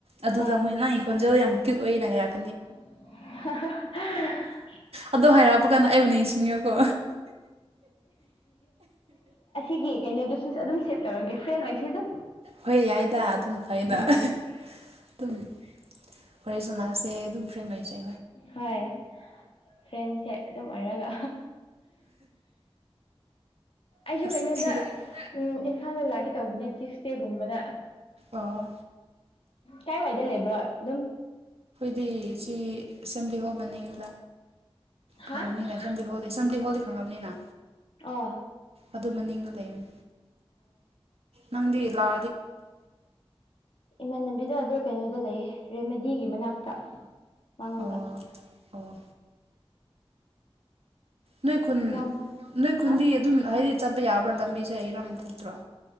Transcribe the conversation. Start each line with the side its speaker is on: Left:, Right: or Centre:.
Right: ꯑꯗꯨꯗ
Left: ꯑꯥ
Right: ꯃꯣꯏ ꯅꯪꯒꯤ ꯈꯣꯟꯖꯦꯜ ꯌꯥꯝ ꯀꯌ꯭ꯨꯠ ꯑꯣꯏꯅ ꯍꯥꯏꯔꯛ
Left: <unintelligible>
Right: ꯑꯗꯣ ꯍꯥꯏꯔꯛꯄ ꯀꯥꯟꯗ ꯑꯩꯕꯨ ꯅꯤꯡꯁꯤꯡꯉꯣꯀꯣ
Left: ꯑꯩꯒꯤ ꯀꯩꯅꯣꯗꯨꯁꯨ ꯑꯗꯨꯝ ꯁꯦꯞ ꯇꯧꯔꯒꯦ ꯐ꯭ꯔꯦꯟ ꯑꯣꯏꯁꯦ ꯑꯗꯨꯝ
Right: ꯍꯣꯏ ꯌꯥꯏꯗ ꯑꯗꯨꯅ ꯐꯩꯗ
Left: ꯎꯝ
Right: ꯑꯗꯨꯝ ꯋꯥꯔꯤ ꯁ ꯁꯦ ꯑꯗꯨꯝ ꯐ꯭ꯔꯦꯟ ꯑꯣꯏꯁꯦ
Left: ꯍꯣꯏ ꯐ꯭ꯔꯦꯟꯁꯦ ꯑꯗꯨꯝ ꯑꯣꯏꯔꯒ ꯑꯩꯁꯨ
Right: ꯑꯁ
Left: ꯀꯩꯅꯣꯗ
Right: ꯁꯤꯗ ꯑꯣ
Left: ꯎꯝ ꯏꯝꯐꯥꯜ ꯂꯨꯛꯒꯦ ꯇꯧꯕꯅꯦ ꯇ꯭ꯌꯨꯁꯗꯦꯒꯨꯝꯕꯗ
Right: ꯑꯣ
Left: ꯀꯥꯏ ꯋꯥꯏꯗ ꯂꯩꯕ꯭ꯔꯣ ꯑꯗꯨꯝ
Right: ꯑꯗꯨꯗꯤ ꯁꯤ ꯑꯁꯦꯝꯕ꯭ꯂꯤ ꯍꯣꯜ ꯃꯅꯤꯡ
Left: ꯍꯥ
Right: ꯈꯪꯉꯝꯅꯤꯅꯝꯗꯤ ꯍꯣꯜꯗꯤ ꯁꯝꯗꯤ ꯍꯣꯜꯗꯤ ꯈꯪꯉꯝꯅꯤꯅ
Left: ꯑꯣ
Right: ꯑꯗꯨ ꯃꯅꯤꯡ ꯂꯩꯕꯅꯦ ꯅꯪꯗꯤ ꯂꯥ
Left: ꯏꯃꯥꯟꯅꯕꯤꯗ ꯑꯗꯨ ꯀꯩꯅꯣꯗ ꯂꯩꯌꯦ ꯔꯦꯃꯦꯗꯤꯒꯤ ꯃꯅꯥꯛꯇ ꯃꯥꯡꯉꯣꯟꯗ
Right: ꯑꯣ ꯑꯣ ꯅꯣꯏ ꯈꯨꯟ
Left: ꯏꯅꯥꯎꯅ
Right: ꯅꯣꯏ ꯈꯨꯟꯗꯤ
Left: ꯍꯥ
Right: ꯑꯗꯨꯝ ꯍꯥꯏꯗꯤ ꯆꯠꯄ ꯌꯥꯕ꯭ꯔꯥ ꯂꯝꯕꯤꯁꯦ ꯏꯔꯥꯡ ꯊꯣꯛꯇ꯭ꯔꯣ